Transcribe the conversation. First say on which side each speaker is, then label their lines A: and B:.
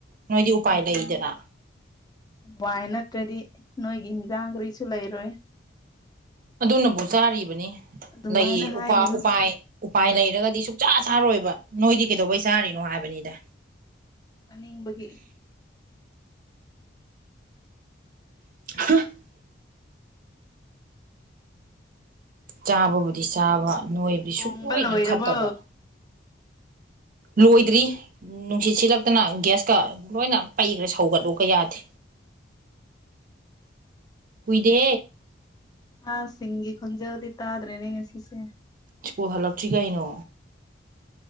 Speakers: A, on the right (about 45°); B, on the left (about 20°).
A: ꯅꯣꯏꯗꯤ ꯎꯄꯥꯏ
B: ꯑꯗꯨꯅꯦ
A: ꯂꯩꯗꯅ
B: ꯍꯋꯥꯏ ꯅꯠꯇ꯭ꯔꯗꯤ ꯅꯣꯏꯒꯤ ꯏꯟꯖꯥꯡ ꯀꯔꯤꯁꯨ ꯂꯩꯔꯣꯏ
A: ꯑꯗꯨꯅꯕꯨ ꯆꯥꯔꯤꯕꯅꯤ
B: ꯑꯗꯨꯃꯥꯏꯅ
A: ꯂꯩꯏ
B: ꯍꯥꯏꯒꯅꯨ
A: ꯎꯄꯥꯏ ꯎꯄꯥꯏ ꯎꯄꯥꯏ ꯂꯩꯔꯒꯗꯤ ꯁꯨꯡꯛꯆꯥ ꯆꯥꯔꯣꯏꯕ ꯅꯣꯏꯗꯤ ꯀꯩꯗꯧꯕꯩ ꯆꯥꯔꯤꯅꯣ ꯍꯥꯏꯕꯅꯤꯗ
B: ꯆꯥꯅꯤꯡꯕꯒꯤ
A: <inaudible> ꯆꯥꯕꯕꯨꯗꯤ ꯆꯥꯕ ꯅꯣꯏꯕꯗꯤ
B: ꯊꯣꯡꯕ
A: ꯁꯨꯛꯅꯣꯏ
B: ꯂꯣꯏꯔꯕꯣ
A: ꯅꯣꯏꯈꯠꯇꯕ ꯂꯣꯏꯗ꯭ꯔꯤ ꯅꯨꯡꯁꯤꯠ ꯁꯤꯜꯂꯛꯇꯅ ꯒ꯭ꯌꯥꯁꯀ ꯂꯣꯏꯅ ꯄꯩꯒ꯭ꯔꯦ ꯁꯧꯒꯠꯂꯨ ꯀꯌꯥꯗ ꯀꯨꯏꯗꯦ
B: ꯑꯉꯥꯡ ꯁꯤꯡꯒꯤ ꯈꯣꯟꯖꯦꯜꯗꯤ ꯇꯥꯗ꯭ꯔꯦꯅꯦ ꯉꯁꯤꯁꯦ
A: ꯁ꯭ꯀꯨꯜ ꯍꯜꯂꯛꯇ꯭ꯔꯤ ꯀꯩꯅꯣ